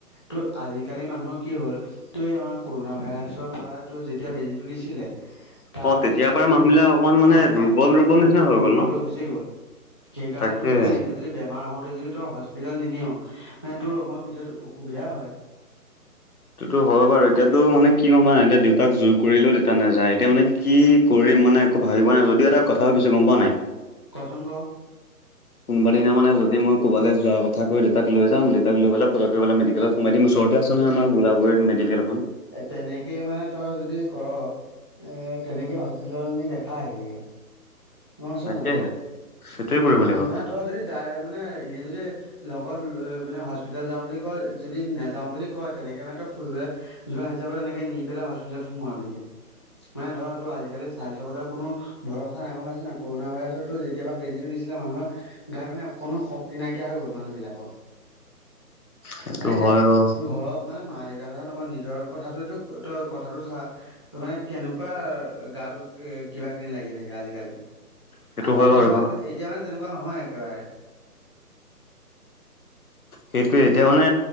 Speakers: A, on the left (about 20°); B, on the left (about 65°).
A: ত আজিকালি মানুহৰ কি হ'ল তই আমাৰ কৰোনা ভাইৰাছৰ পৰাতো যেতিয়া বেজীটো দিছিলে তাৰ
B: অ
A: পাছৰ
B: তেতিয়াৰ
A: পৰা মানুহবিলাক
B: মানুহ বিলাক অকমান মানে
A: অ
B: দুৰ্বল
A: মানুহবিলাক
B: দুৰ্বল
A: মানে
B: নিচিনা
A: বহুত দুৰ্বল
B: গ'ল ন
A: হৈ গুচি গ'ল। সেইকাৰণে
B: তাকে
A: তই যদি এতিয়া যদি বেমাৰ হওঁতে যদি ত হস্পিটেল নি নিও মানে তোৰ অকণমান পিছত অসুবিধা হয়।
B: তোটো হয় বাৰু এতিয়াতো মানে কি গম পা নাই এতিয়া দেউতাক জোৰ কৰিলেও দেউতা নাযায় এতিয়া মানে কি কৰিম মানে একো ভাবি পোৱা নাই যদিও এটা কথা ভাবিছো গম পোৱা নাই?
A: কচোন ক?
B: কোনোবা দিনা মানে যদি মই কবালে যোৱাৰ কথা কৈ দেউতাক লৈ যাম দেউতাক লৈ পেলাই ফ মেডিকেলত সোমাই দিম। ওচ- চৰতে আছ নহ গুলাবৰিট মেডিকেল এখন।
A: তেনেকে মানে তই যদি কৰ তেনেকৈ হস্পিটেল নি দেখাই আহিবিগে। গ আছে
B: তাকেহে
A: নাই,
B: সেইটোৱে কৰিব
A: তেনে
B: লাগিব
A: তই যদি দাই মানে এনে যদি লগত লৈ মানে হস্পিতেল যাওঁ বুলি কয় যদি নাযাওঁ বুলি কয় তেনেকে মানে তই ফুৰিবলে যোৱা হিচাপে তেনেকে নি পেলাই হস্পিটেলত সোমোৱাবিগে। মানে ধৰ তো আজিকালি স্বাস্থ্যৰ কথা কোনো ভৰসা নাই গম পাইছ- ছিনা কৰোনা ভাইৰাছতোৰ যেতিয়াবা বেজীটো দিছিলে মানুহৰ গাত মানে অ কোনো শক্তি নাইকিয়া হৈ গ'ল মানুহবিলাকৰ।
B: সেইটো
A: মানে এতিয়া
B: হয়
A: আমি
B: অ
A: ঘৰ মানে মা-দেউতাৰ কথা নকওঁ নিজৰ কথাটো তই কথাটোতো চা। ত মানে কেনেকুৱা গাটো কি কিবা কিনি লাগি থাকে আজিকালি।
B: সেইটো
A: আগত
B: হয়
A: যেনেকুৱা
B: বাৰু
A: আছিল এতিয়া মানে তেনেকুৱা নহয় একেবাৰে।
B: সেইটোয়ে এতিয়া মানে